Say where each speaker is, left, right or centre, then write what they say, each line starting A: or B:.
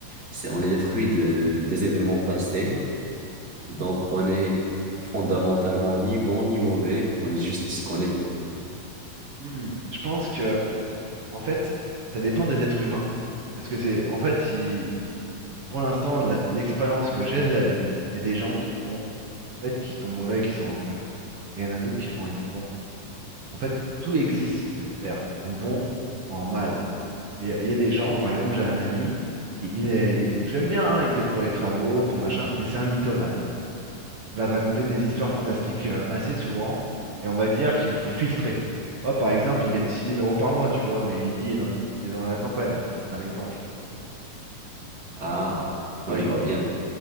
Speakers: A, on the right (about 30°); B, on the right (about 50°).
A: c'est, on est le fruit de, des événements passés. Donc, on est fondamentalement ni bon ni mauvais. On est juste ce qu'on est.
B: Hmm. Je pense que, en fait, ça dépend des êtres humains. Parce que c'est, en fait, si pour l'instant, la- l'expérience que j'ai de la vie, il y a des gens qui sont, en fait, qui sont mauvais, qui s'en rendent pas compte. Et il y en a d'autres qui vont être bons. En fait, tout existe sur cette terre, en bon ou en mal. Et il y a des gens, par exemple, j'ai un ami, il, il est, il est- je l'aime bien, hein, il t'aide pour les travaux, pour machin, mais c'est un mythomane. Il va te raconter des histoires fantastiques euh, assez souvent, et on va dire qu'il faut filtrer. Oh, par exemple, il gagne 6 000 euros par mois, tu vois, mais il vit dans une petite maison à la campagne. C'est Un exemple.
A: Ah,
B: Ah
A: ouais,
B: oui.
A: je vois bien.